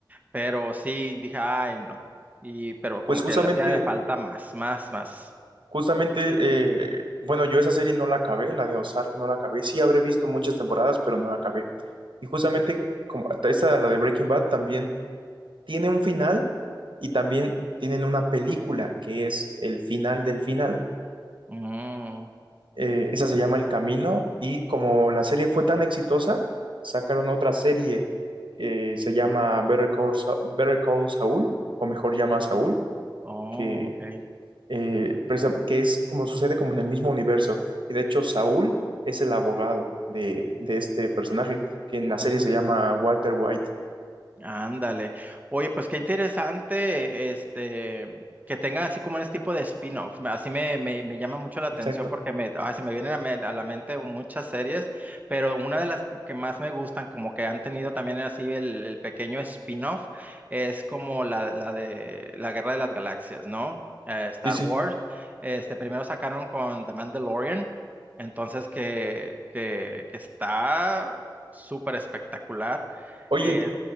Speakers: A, on the right; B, on the right.
A: pero sí dije, ay, no. Y, pero como
B: Pues justamente,
A: que le hacía de falta más, más, más.
B: justamente, eh, bueno, yo esa serie no la acabé, la de Ozark no la acabé. Sí habré visto muchas temporadas, pero no la acabé. Y justamente, como esta, la de Breaking Bad, también tiene un final y también tienen una película que es el final del final.
A: Mm,
B: Eh, esa se llama El Camino y como la serie fue tan exitosa, sacaron otra serie que se llama Better Call, Sa- Better Call Saul, o mejor llama a Saúl,
A: oh,
B: que,
A: ok.
B: eh, precisam- que es como sucede como en el mismo universo. Y de hecho Saúl es el abogado de, de este personaje, que en
A: Oh.
B: la serie se llama Walter White.
A: Ándale. Oye, pues qué interesante, este, que tengan así como este tipo de spin-off. Me- Así me, me, me llama mucho la atención
B: Exacto.
A: porque me, ay, se me vienen a, me- a la mente muchas series, pero una de las que más me gustan, como que han tenido también así el, el pequeño spin-off, es como la, la de la Guerra de las Galaxias, ¿no? Eh, Star
B: Sí, sí.
A: Wars. Este, primero sacaron con The Mandalorian, entonces que, que, que está súper espectacular
B: Oye,
A: Eh,